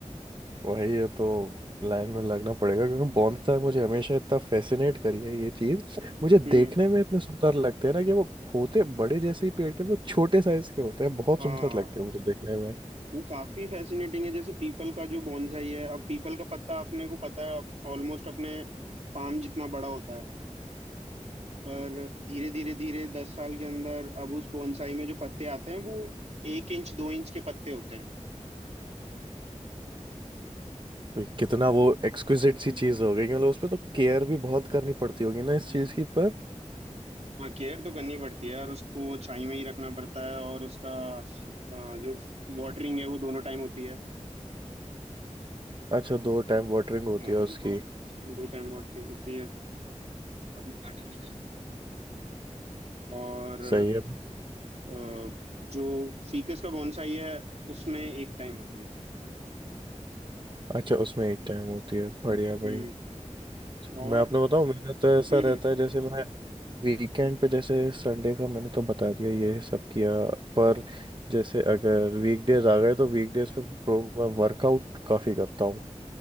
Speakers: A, on the right; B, on the right.
A: वही है तो लाइन में लगना पड़ेगा क्योंकि बोनसाई मुझे हमेशा इतना फैसिनेट करी है ये चीज मुझे
B: हम्म
A: देखने में इतने सुंदर लगते हैं ना कि वो होते बड़े जैसे ही पेड़ के वो छोटे साइज के होते हैं बहुत
B: हाँ
A: सुंदर लगते हैं मुझे देखने में
B: वो काफी फैसिनेटिंग है जैसे पीपल का जो बॉन्साई है अब पीपल का पत्ता अपने को पता है ऑलमोस्ट अपने पाम जितना बड़ा होता है पर धीरे धीरे धीरे दस साल के अंदर अब उस बॉन्साई में जो पत्ते आते हैं वो एक इंच दो इंच के पत्ते होते हैं
A: तो कितना वो एक्सक्विजिट सी चीज हो गई मतलब उस पे तो केयर भी बहुत करनी पड़ती होगी ना इस चीज की पर
B: हाँ केयर तो करनी पड़ती है और उसको छाई में ही रखना पड़ता है और उसका अ, जो वाटरिंग है वो दोनों टाइम होती है
A: अच्छा दो टाइम वाटरिंग होती
B: हाँ
A: है उसकी
B: दो दो टाइम वाटरिंग होती है और मैं आटा लेने जा रहा हूँ मैं practice करूंगा। और
A: सही है
B: अ, जो फीकस का बोनसाई है उसमें एक टाइम होती है
A: अच्छा उसमें एक टाइम होती है बढ़िया
B: हम्म
A: भाई मैं
B: और
A: आपने बताऊं मेरा तो ऐसा
B: हम्म
A: रहता
B: हम्म
A: है जैसे मैं वीकेंड पे जैसे संडे का मैंने तो बता दिया ये सब किया पर जैसे अगर वीकडेज आ गए तो वीकडेज पे bro, मैं वर्कआउट काफी करता हूँ